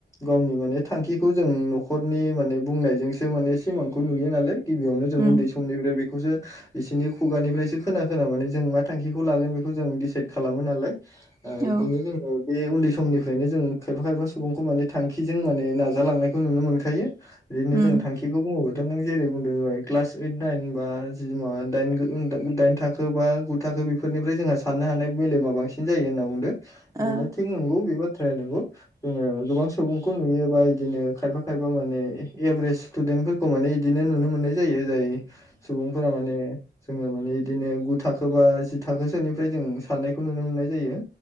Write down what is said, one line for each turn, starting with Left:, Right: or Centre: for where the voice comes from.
Left: गावनि माने थांखिखौ जों न'खरनि माने बुंनायजोंसो माने सिमांखौ नुयो नालाय। गिबियावनो जों
Right: उम
Left: उन्दै समनिफ्राय बे बेखौसो बिसोरनि खुगानिफ्रायसो खोना खोना माने जों मा थांखिखौ लागोन बेखौ जों डिसाइद खालामो नालाय। ओ
Right: औ उम
Left: इदिनो जोङो बे उन्दै समनिफ्रायनो जों खायफा खायफा सुबुंखौ माने थांखिजों माने नाजालांनायखौ नुनो मोनखायो। बिदिनो
Right: औ
Left: जों
Right: उम
Left: थांखिखौ बुङोब्ला- थ' नों जेरै बुंदों जाबाय क्लास ओइट नाइन बा जि इवा दाइन खोनो बुंनो था दाइन थाखो बा गु थाखो बेफोरनिफ्राय जोंहा साननो हानाय मेलेमा बांसिन जायो होनना बुंदों। बिदिनो
Right: ओ
Left: थिग नंगौ बे बाथ्राया नंगौ गोबां सुबुंखौ नुयो बा इदिनो खायफा खायफा माने एभारेज स्टुदेन्ट फोरफोरखौ माने इदिनो नुनो मोननाय जायो। जाय सुबुंफोरा माने जोङो माने इदिनो गु थाखो बा जि थाखोसोनिफ्राय जों साननायखौ नुनो मोनो। नाय जायो